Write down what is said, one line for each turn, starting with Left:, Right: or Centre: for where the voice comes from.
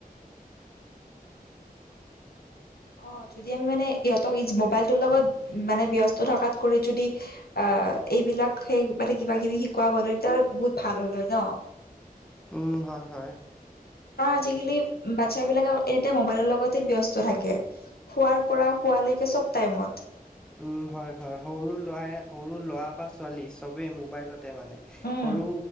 Left: অ', যদি আমি মানে ইহঁতক ইছ মোবাইলটোৰ লগত, মানে ব্যস্ত থাকাত কৰি যদি - অহ, এইবিলাক সেই মানে কিবাকিবি সেই কোৱা গলেত, বহুত ভাল হ'ল হয় ন।
Centre: উম, হয় হয়।
Left: অ' আজিকালি ম' বাচ্চাবিলাকে অ' এতিয়া ম'বাইলৰ লগতে ব্যস্ত থাকে। খোৱাৰ পৰা শোৱালৈকে চব টাইমত।
Centre: উম, হয় হয়। সৰু ল'ৰাই, সৰু ল'ৰা বা ছোৱালী, চবে ম'বাইলত - তে মানে।
Left: উম
Centre: সৰু